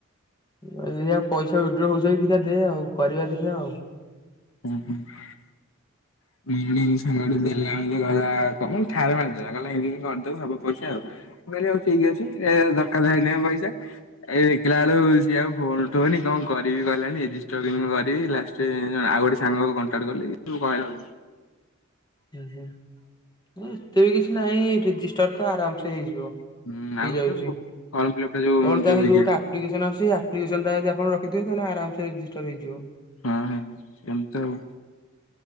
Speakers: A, on the left (about 20°); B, on the left (about 70°).
A: ମୁଁ କହିଲି ଦେଖିଆ ପଇସା ଉଇଡ୍ର ହଉଚି ଯଦି ଦେଖିଆ ଦେ ଆଉ କରିବା ଦେଖିଆ ଆଉ।
B: ହ ହ <unintelligible> ଗାଁ କୁ ଗଲା ବେଳେ <unintelligible> ମାନେ ଠାର ମାରିଦେଲା କହିଲା ଇମିତି କରିଦବୁ ସବୁ ପଇସା ଆଉ ମୁଁ କହିଲି ହଉ ଠିକ୍ ଅଛି ଏ ଦରକାର ଏଇନା ପଇସା ଏଇ ଦେଖିଲା ବେଳକୁ ସିଏ ଆଉ ଫୋନ ଉଠଉନି କଣ କରିବି କହିଲାନି ରେଜିଷ୍ଟର ମୁଁ କହିଲି ମୁଁ ମରିବି ଲାଷ୍ଟରେ ଯାଇଁ ଆଉ ଗୋଟେ ସାଙ୍ଗକୁ କଣ୍ଟାକ୍ଟ କଲି ଯୋଉ ହଇରାଣ
A: ହୁଁ ହୁଁ ଏତେ ବି କିଛି ନାହିଁ ରେଜିଷ୍ଟର ତ ଆରାମ ସେ ହେଇଯିବ ହେଇଯାଉଚି
B: ହୁଁ ଆଉ ଯୋଉ
A: କଣ
B: ଫର୍ମ ଫିଲପ ଟା ଯୋଉ
A: ତା ହେଇ
B: ଇଏ
A: ଯୋଉ ଗୋଟେ ଆପ୍ଲିକେସନ ଆସୁଚି ସେଇ ଆପ୍ଲିକେ ସନ୍ ଟା ଯଦି ଆପଣ ରଖିଥିବେ ତାହେଲେ ଆରାମ ସେ ରେଜିଷ୍ଟର ହେଇଯିବ।
B: ହଁ ସେମତ୍ ଆଉ।